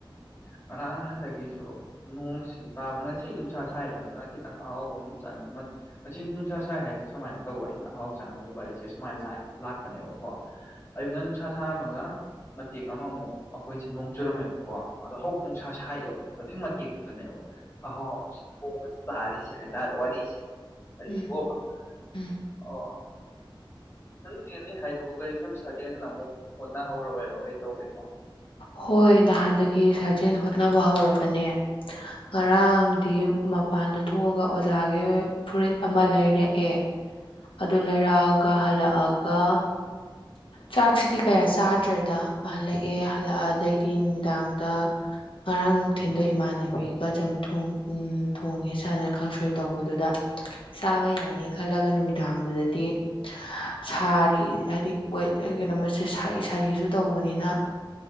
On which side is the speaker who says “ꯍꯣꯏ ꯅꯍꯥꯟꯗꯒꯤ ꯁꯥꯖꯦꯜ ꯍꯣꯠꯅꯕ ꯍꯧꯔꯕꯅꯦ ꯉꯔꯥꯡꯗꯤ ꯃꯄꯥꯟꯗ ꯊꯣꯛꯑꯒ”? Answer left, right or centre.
Left